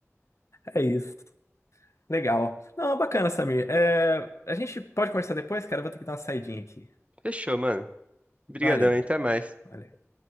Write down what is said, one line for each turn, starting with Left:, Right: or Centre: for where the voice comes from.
Left: É isso. Legal. Não, bacana, Samir. É, a gente pode conversar depois, cara. Eu vou ter que dar uma saidinha aqui.
Right: Fechou, mano. Obrigadão,
Left: Valeu.
Right: hein? até mais.
Left: Valeu.